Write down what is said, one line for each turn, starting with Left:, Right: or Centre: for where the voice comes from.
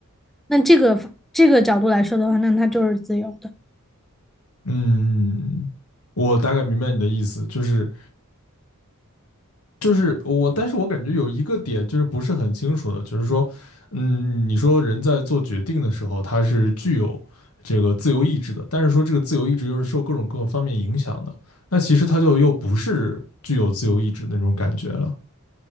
Centre: 那这个这个角度来说的话，那他就是自由的。
Left: 嗯，嗯我大概明白你的意思，就是就是我，但是我感觉有一个点就是不是很清楚的，就是说，嗯，你说人在做决定的时候，他是具有这个自由意志的，但是说这个自由意志又是受各种各方面影响的，那其实他就又不是具有自由意志的那种感觉了。